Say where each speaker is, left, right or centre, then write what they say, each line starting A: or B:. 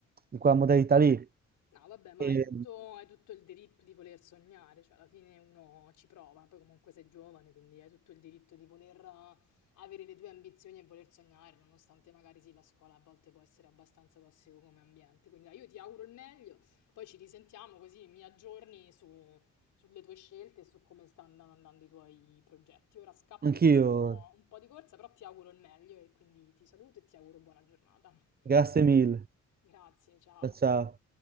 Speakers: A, on the right; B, on the left.
A: di quella modalità lì.
B: No, vabbè, ma
A: E-
B: hai tutto, hai tutto il diritto di voler sognare, cioè alla fine uno ci prova, poi comunque sei giovane, quindi hai tutto il diritto di voler eh, avere le tue ambizioni e voler sognare, nonostante magari sì, la scuola a volte può essere abbastanza tossico come ambiente. Quindi dai, io ti auguro il meglio, poi ci risentiamo così mi aggiorni su- sulle tue scelte e su come stanno andando i tuoi progetti. Ora scappo
A: Anch'io,
B: che sono un po' un po' di corsa, però ti auguro il meglio e quindi ti saluto e ti auguro buona giornata.
A: grazie mille.
B: Grazie, ciao.
A: Ciao ciao.